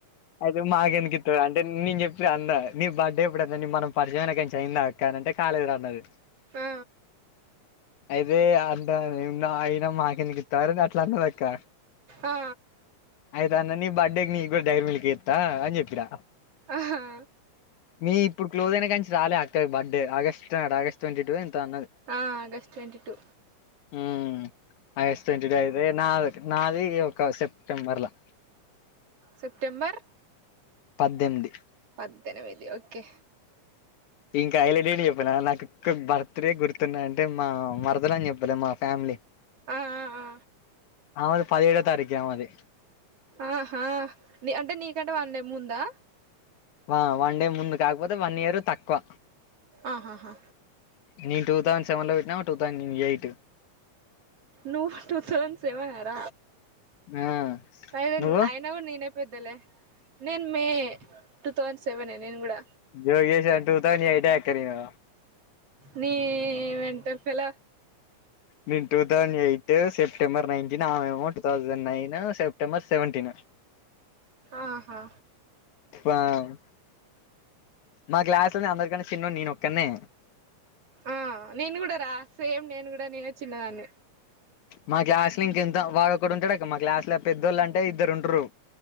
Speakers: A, on the left; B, on the right.
A: ఐతే మాకెందుకు ఇతడు అంటే నేను చెప్పి అన్న నీ బడ్డె ఎప్పుడన ని మనం పరిచయం ఐన కానిచ్చి అయింద కానంటే కాలేదుర అన్నది
B: ఆ
A: అయితే అంత అయినా మాకెందు కిస్తవారు గాట్లా అన్నది అక్ క
B: ఆ
A: అయితే అన్న నీ బర్త్డేకి నీ కూడా డైర్ మిల్కీ ఈత అని చెప్పినా
B: ఆహా
A: మీ ఇప్పుడు క్లోస్ అయినా కంచి రాలే అక్క birthday August August twenty two ఎంతో అన్నది
B: ఆ ఆగస్ట్ ట్వంటి టు
A: ఊ అగస్ట్ ట్వంటీ లా అయితే నాది నాది ఒక సెప్టెంబర్లా
B: సెప్టెంబర్
A: పద్దెనిమిది
B: పద్దనమిది ఓకే
A: ఇంకా ఐలెట్ ఏంటి చెప్పన నాకు ఒక బర్త్ డే గుర్తున్నా అంటే మా మరదలు అని చెప్పలే మా ఫ్యామిలీ
B: ఆ ఆ
A: ఆమెది పదిహెడో తారిఖే ఆమెది
B: ఆహా ని అంటే నీకంటే వన్ డే ముందా
A: ఆ వన్ డే ముందు కాకపోతే వన్ ఇయరు తక్కువ
B: ఆహాహా
A: నేన్ టూ థౌసండ్ సెవెన్ లో పుట్ట వాడు టూ థౌసండ్ ఎయిటు
B: నువ్వు టూ థౌసండ్స్ సేవనార
A: ఆ
B: అయితే
A: నువ్వు
B: అయిన కూడా నేనే పెద్దలే నేన్ మే టూ థౌసండ్ సెవెన్ ఏ నేను కూడా
A: జోగేషను టూ థౌండ్ ఎయిట్ ఏ యక్కనెను
B: నీ మెంటల్ ఫెల్లో
A: నేను two thousand eight September nine దిన ఆమేమో two thousand nine September seventeen
B: ఆహా
A: పామ్ మా క్లాస్ లా అందరికన్నా చిన్నోని నేను ఒక్కన్నె
B: ఆ నేను కూడా రా సేమ్ నేను కూడా నేనే చిన్నదాన్ని
A: మా క్లాస్ లో ఇంకెంత వాడొక్కడు ఉంటాడు అక్క మా క్లాస్ లో పెద్దోళ్ళు అంటే ఇద్దరు ఉంటారు